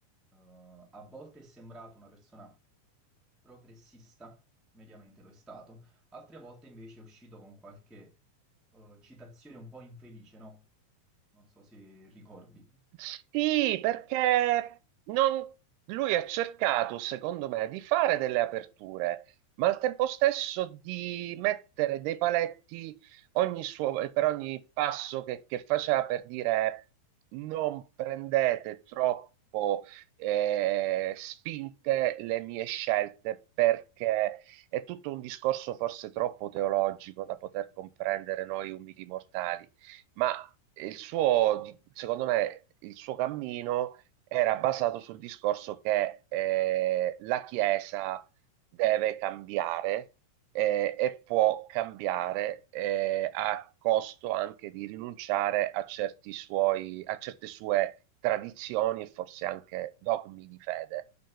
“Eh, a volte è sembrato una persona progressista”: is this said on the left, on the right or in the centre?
Centre